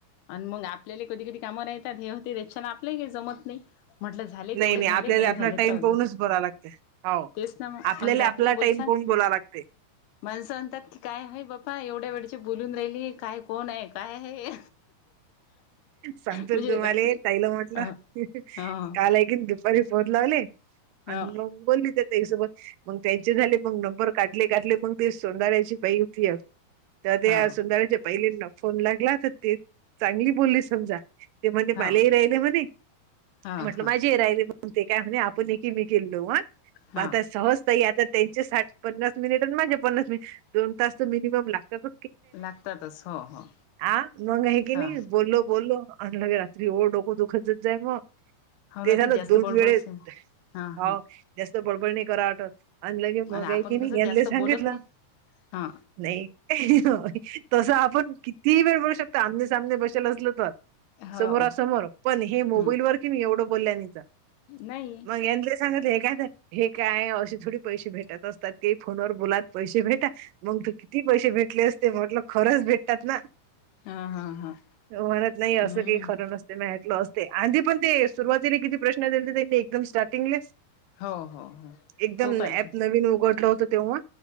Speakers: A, on the left (about 85°); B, on the right (about 80°).
A: आणि मग आपल्याला कधी कधी काम राहतात हे होते त्याच्याना आपलंही काही जमत नाही म्हटलं ज झाले
B: नाही
A: तेवढे झाले
B: आपल्याला
A: नाही
B: आपला
A: झाले
B: टाइम
A: तर राहू
B: पाहूनच
A: दे
B: बोलावं लागते हो.
A: तेच ना मग
B: आपल्याला
A: रात्री
B: आपला
A: बोल
B: टाइम
A: सांग
B: पाहून बोलावं लागते.
A: माणसं म्हणतात की काय आहे बापा एवढ्या वेळची बोलून राहिली काय कोण आहे? काय आहे
B: सांगतो
A: म्हणजे
B: तुम्हाले
A: रात्री
B: ताईला म्हटलं
A: अ हा
B: काल ए दुपारी फोन लावली
A: हो
B: आणि मग बोलली त्यात ते सगळ मग त्यांचे झाले मग नंबर काढले काढले मग ते सोंदयांनचे बाई होती. तर ते
A: हो
B: या सुंदरयांनचे पहिली फोन लागला तर ते चांगली बोलली समजा. ते म्हणे
A: हो
B: मला ही राहिले म्हणे
A: हा
B: म्हटलं
A: हा
B: माझे ही राहिले मग ते काय म्हणे आपण एकमेकीला लावू हा, मग
A: हा
B: आता सहज ताई याच्यात त्यांचे साठ पन्नास मिनिट आणि माझे पन्नास मिनिट दोन तास तर मिनिमम लागतात
A: लागतातच हो हो
B: हा मग आहे की
A: हा
B: नाही बोललो बोललो आणि लगे रात्री हो डोक दुखतच जाय मग
A: हो
B: ते
A: ना
B: झालं
A: ती जास्त
B: दोन
A: बडबडच
B: वेळेत
A: आहे हा
B: हाओ
A: हा
B: जास्त बडबड नई करावं वाटत आणि लगे मग
A: आपण
B: हाय की
A: कसं
B: नई ह्यांना
A: जास्त
B: सांगितलं
A: बोलत नाही हा
B: नाही तस आपण किती वेळ बडबडू शकतो आमने सामने बसेलो असलो तर.
A: हो
B: समोरासमोर पण हे मोबाईल
A: ह
B: वर की नई एवढं बोलल्या नितर
A: नाही
B: मग यानले सांगितलं हे काय तर हे काय असते थोडी पैसे भेटत असतात की फोनवर बोला पैसे भेटा मग तू किती पैसे भेटले असते म्हटलं खरंच भेटतात ना
A: हा हा हा
B: म्हणत नाही असं
A: हम्म
B: काही खरं नस ते माहितलं असते आंधी पण ते सुरुवातीने कितीनी किती प्रश्न दिले दिले एकदम स्टार्टिंगल
A: हो हो हो
B: एकदम
A: खूप आलती
B: ॲप नवीन उघडलात तेव्हा